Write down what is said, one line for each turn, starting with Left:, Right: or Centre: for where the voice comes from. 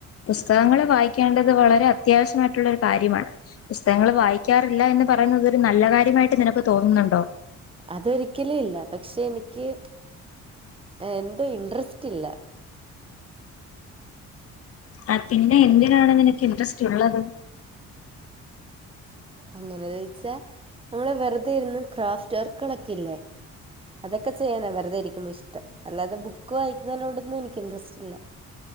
Left: പുസ്തകങ്ങള് വായിക്കേണ്ടത് വളരെ അത്യാവശ്യമായിട്ടുള്ളൊരു കാര്യമാണ് പുസ്തകങ്ങൾ വായിക്കാറില്ല എന്ന് പറയുന്നത്തരു നല്ല കാര്യമായിട്ട് നിനക്ക് തോന്നുന്നുണ്ടോ
Right: അതൊരിക്കലും ഇല്ല പക്ഷെ എനിക്ക് എന്തോ ഇൻട്രസ്റ്റ് ഇല്ല
Left: ആ പിന്നെ എന്തിനാണ് നിനക്ക് ഇൻട്രസ്റ്റ്ള്ളത്
Right: അങ്ങനെ ചോയ്ച്ചാ നമ്മള് വെറുതൊയിരുന്നു ക്രാഫ്റ്റ് വർക്കുകളൊക്കെ ഇല്ലേ അതൊക്കെ ചെയ്യാനാ വെറുതെ ഇരിക്കുമ്പോ ഇഷ്ടം അല്ലാതെ ബുക്ക് വായിക്കുന്നലോടൊന്നും എനിക്ക് ഇൻട്രസ്റ്റ് ഇല്ല